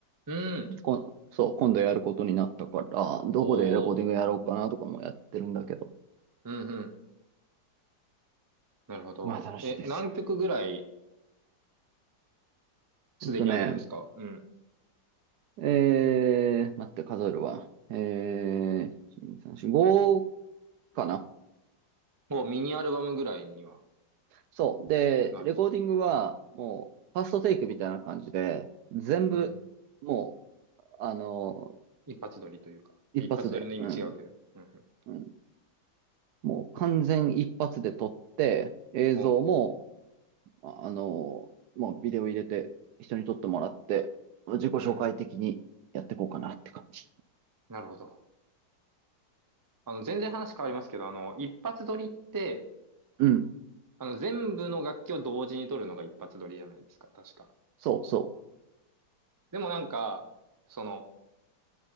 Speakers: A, on the right (about 20°); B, on the right (about 70°).
A: うん。
B: こん、そう、今度やることになったから、どこでレコーディングやろうかなとかもやってるんだけど、
A: おー。うん、うん。なるほど。
B: まあ楽しいですよ。
A: え、何曲ぐらいすでにあるんですかうん。
B: えっとね、えー、待って数えるわ。えー、1、2、3、4、5かな。
A: もうミニアルバムぐらいには
B: そう。で、
A: なるぞ。
B: レコーディングはもう、ファーストテイクみたいな感じで、全部、
A: うん。
B: もう、あの、
A: 一発撮りというか。
B: 一発で、
A: あ一発撮りの意味違うけど。
B: うん、
A: うん、うん。
B: うん。もう完全一発で撮って、映像も、
A: ほうほ
B: ああの、もうビデオ入れて、人に撮ってもらって、自己紹介的にやっていこうかなって感じ。
A: う。うん。なるほど。あの、全然話変わりますけど、あの、一発撮りって、
B: うん。
A: あの、全部の楽器を同時に取るのが一発撮りじゃないですか、確か。
B: そうそ
A: でもなんか、その、